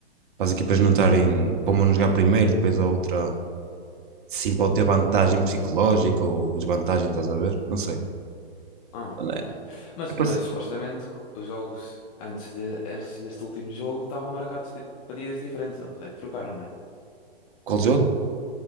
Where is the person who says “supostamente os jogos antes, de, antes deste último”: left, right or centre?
Left